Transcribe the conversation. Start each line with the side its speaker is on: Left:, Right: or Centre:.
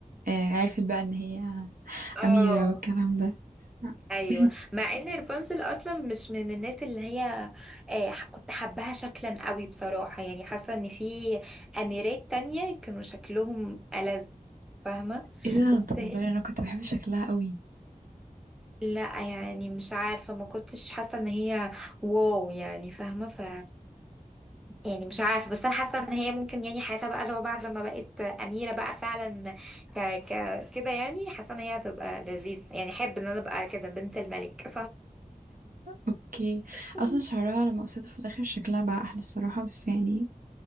Right: آه، عرفت بقى ان هي
Centre: اه
Right: أميرة والكلام ده
Centre: ايوه
Right: <coughs>
Centre: مع ان رابنزل اصلا مش من الناس اللي هي آه ح- كنت حباها شكلا قوي بصراحه يعني حاسه ان في اميرات تانية كانوا شكلهم ألذ فاهمه
Right: ايه ده
Centre: بس
Right: بتهزري
Centre: هي
Right: انا كنت بحب شكلها قوي
Centre: لا يعني مش عارفه ما كنتش حاسه ان هي واو يعني فاهمه ف يعني مش عارفه بس انا حاسه ان هي ممكن يعني حاسه بقى لو بعد لما بقت اميره بقى فعلا ك ك كده يعني حاسه ان هي هتبقى لذيذه يعني احب ان انا ابقى كده بنت الملك
Right: اوكي
Centre: فاهمه
Right: اصلا شعرها لما قصيته في الاخر شكلها بقى احلى الصراحة بس يعني